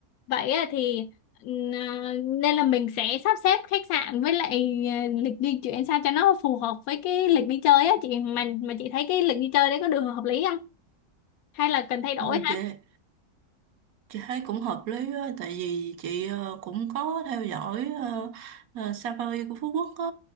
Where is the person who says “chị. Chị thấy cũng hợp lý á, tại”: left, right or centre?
Right